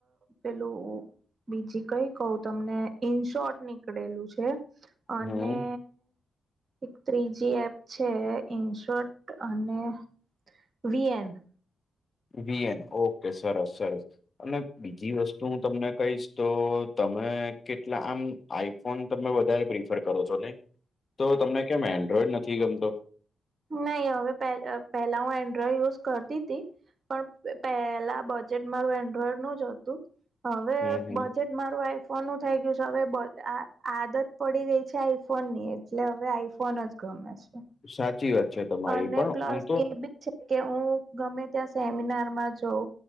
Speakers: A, on the right; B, on the left.
A: પેલું બીજી કઈ કહું તમને ઇન શોર્ટ નીકળેલું છે. અને.
B: હમ
A: એક ત્રીજી એપ છે ઇનશોટ અને V N.
B: V N okay સરસ સરસ. અને બીજી વસ્તુ હું તમને કહીશ તો તમે કેટલા આમ. આઈફોન તમે વધારે પ્રિફર કરો છો ને.
A: હ <unintelligible>
B: તો તમને કેમ એન્ડ્રોઈડ નથી ગમતો.
A: નહી હવે પેહ પહેલા હું એન્ડ્રોઈડ યુઝ કરતી હતી પણ પેલા બધ. જેન મારું એન્ડ્રોઈડ નું જ હતું હવે
B: હમ હમ
A: બજટ. મારું આઈફોન નું થઈ ગયું છે હવે અ આ આદત પડી ગઈ છે આઈફોન ની. એટલે હવે આઈફોન જ ગમે છે.
B: સાચી વાત છે. તમારી
A: અને
B: પણ
A: પ્લસ
B: હું તો
A: એ બી છે કે હું ગમે ત્યાં સેમિનાર માં જઉં